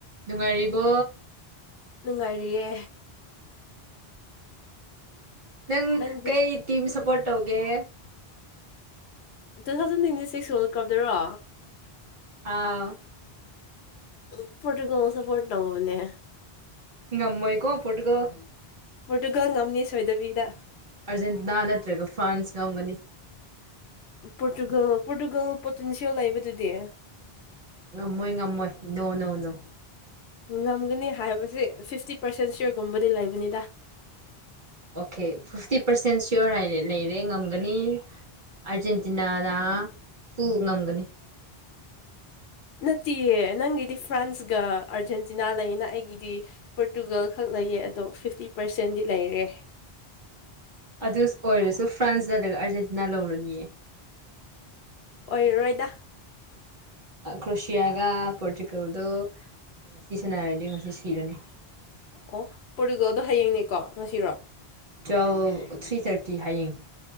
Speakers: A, on the right (about 50°); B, on the left (about 85°).
A: ꯅꯨꯡꯉꯥꯏꯔꯤꯕꯣ
B: ꯅꯨꯡꯉꯥꯏꯔꯤꯌꯦ
A: ꯅꯪ
B: ꯅꯪꯗꯤ
A: ꯀꯩ ꯇꯤꯝ ꯁꯞꯄꯣꯔꯠ ꯇꯧꯒꯦ
B: two thousand twenty six world ꯀꯞꯇꯔꯣ
A: ꯑꯥꯎ
B: <unintelligible> ꯄꯣꯔꯇꯨꯒꯜ ꯁꯄꯣꯔꯠ ꯇꯧꯕꯅꯦ
A: ꯉꯝꯃꯣꯏꯀꯣ ꯄꯣꯔꯇꯨꯒꯜ
B: ꯄꯣꯔꯇꯨꯒꯜ ꯉꯝꯅꯤ ꯁꯣꯏꯗꯕꯤꯗ
A: ꯑꯥꯔꯖꯦꯟꯇꯤꯅꯥ ꯅꯠꯇ꯭ꯔꯒ ꯐ꯭ꯔꯥꯟꯁ ꯉꯝꯒꯅꯤ
B: ꯄꯣꯔꯇꯨꯒꯜ ꯄꯣꯔꯇꯨꯒꯜ ꯄꯣꯇꯦꯟꯁꯤꯌꯦꯜ ꯂꯩꯕꯗꯨꯗꯤ
A: ꯉꯝꯃꯣꯏ ꯉꯝꯃꯣꯏ ꯅꯣ ꯅꯣ ꯅꯣ
B: ꯉꯝꯒꯅꯤ ꯍꯥꯏꯕꯁꯤ ꯐꯤꯐꯇꯤ ꯄꯥꯔꯁꯦꯟ ꯁꯤꯌꯣꯔꯒꯨꯝꯕꯗꯤ ꯂꯩꯕꯅꯤꯗ
A: ꯑꯣꯀꯦ ꯐꯤꯐꯇꯤ ꯄꯥꯔꯁꯦꯟ ꯁꯤꯌꯣꯔ ꯍꯥꯏꯔꯦ ꯂꯩꯔꯦ ꯉꯝꯒꯅꯤ ꯑꯥꯔꯖꯦꯟꯇꯤꯅꯥꯗ ꯐꯨ ꯉꯝꯒꯅꯤ
B: ꯅꯠꯇꯤꯌꯦ ꯅꯪꯒꯤꯗꯤ ꯐ꯭ꯔꯥꯟꯁꯒ ꯑꯥꯔꯖꯦꯟꯇꯤꯅꯥ ꯂꯩꯅ ꯑꯩꯒꯤꯗꯤ ꯄꯣꯔꯇꯨꯒꯜ ꯈꯛ ꯂꯩꯌꯦ ꯑꯗꯣ ꯐꯤꯐꯇꯤ ꯄꯥꯔꯁꯦꯟꯗꯤ ꯂꯩꯔꯦ
A: ꯑꯗꯨꯁ ꯑꯣꯏꯔꯁꯨ ꯐ꯭ꯔꯥꯟꯁ ꯅꯠꯇ꯭ꯔꯒ ꯑꯥꯔꯖꯦꯟꯇꯤꯅꯥ ꯂꯧꯔꯅꯤꯌꯦ
B: ꯑꯣꯏꯔꯣꯏꯗ
A: ꯀ꯭ꯔꯣꯁꯤꯌꯥꯒ ꯄꯣꯔꯇꯨꯒꯜꯗꯣ ꯉꯁꯤ ꯁꯥꯅꯔꯗꯤ ꯉꯁꯤ ꯁꯤꯔꯅꯤ
B: ꯑꯣ ꯄꯣꯔꯇꯨꯒꯜꯗꯣ ꯍꯌꯦꯡꯅꯤꯀꯣ ꯉꯁꯤꯔꯣ
A: ꯇꯨꯋꯦꯜ ꯊ꯭ꯔꯤ ꯊꯥꯔꯇꯤ ꯍꯌꯦꯡ